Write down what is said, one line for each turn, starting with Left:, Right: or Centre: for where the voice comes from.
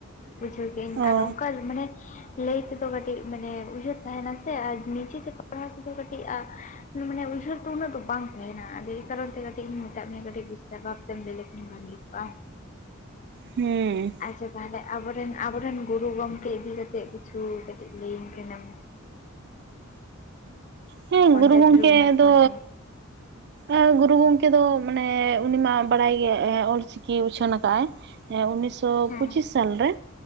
Left: ᱵᱩᱡᱷᱟᱹᱣ ᱠᱮᱫ ᱟᱹᱧ
Right: ᱚ
Left: ᱟᱨ ᱚᱱᱠᱟ ᱢᱟᱱᱮ ᱞᱟᱹᱭ ᱛᱮᱫᱚ ᱠᱟᱹᱴᱤᱡ ᱢᱟᱱᱮ ᱩᱭᱦᱟᱹᱨ ᱛᱟᱦᱮᱱᱟ ᱥᱮ ᱟᱨ ᱱᱤᱡᱮ ᱛᱮ ᱯᱟᱲᱦᱟᱣ ᱛᱮᱫᱚ ᱠᱟᱹᱴᱤᱡ ᱢᱟᱱᱮ ᱩᱭᱦᱟᱹᱨ ᱫᱚ ᱩᱱᱟᱹᱜ ᱫᱚ ᱵᱟᱝ ᱛᱟᱦᱮᱱᱟ᱾ ᱟᱫᱚ ᱮᱭ ᱠᱟᱨᱚᱱ ᱛᱮ ᱠᱟᱹᱴᱤᱡ ᱤᱧ ᱢᱮᱫ ᱢᱮᱭᱟ ᱠᱟᱹᱴᱤᱡ ᱵᱤᱥᱛᱟᱨ ᱵᱷᱟ ᱵᱛᱮ ᱞᱟᱹᱭ ᱞᱮᱠᱷᱟᱡ ᱵᱷᱟᱜᱤ ᱠᱚᱜᱼᱟ
Right: ᱦᱩᱸ
Left: ᱾ ᱟᱪᱪᱷᱟ ᱛᱟᱦᱚᱞᱮ ᱟᱵᱚᱨᱮᱱ, ᱟᱵᱚᱨᱮᱱ ᱜᱩᱨᱩ ᱜᱚᱢᱠᱮ ᱤᱫᱤ ᱠᱟᱛᱮᱫ, ᱠᱤᱪᱷᱩ ᱠᱟᱹᱴᱤᱡ ᱞᱟᱹᱭᱟᱹᱧ ᱠᱟᱱᱟᱢ
Right: ᱦᱮᱸ
Left: ᱯᱚᱱᱰᱤᱛ
Right: ᱜᱩᱨᱩ ᱜᱚᱝᱠᱮ
Left: ᱨᱚᱜᱷᱩᱱᱟᱛᱷ
Right: ᱫᱚ
Left: ᱢᱩᱨᱢᱩ
Right: ᱮᱻ ᱜᱩᱨᱩ ᱜᱚᱝᱠᱮ ᱫᱚ ᱢᱟᱱᱮ ᱩᱱᱤ ᱢᱟ ᱵᱟᱲᱟᱭ ᱜᱮ ᱚᱞ ᱪᱤᱠᱤ ᱩᱪᱷᱟᱹᱱ ᱟᱠᱟᱫ ᱟᱭ ᱦᱮᱸ ᱩᱱᱤᱥᱥᱚ
Left: ᱦᱮᱸ
Right: ᱯᱚᱸᱪᱤᱥ ᱥᱟᱞ ᱨᱮ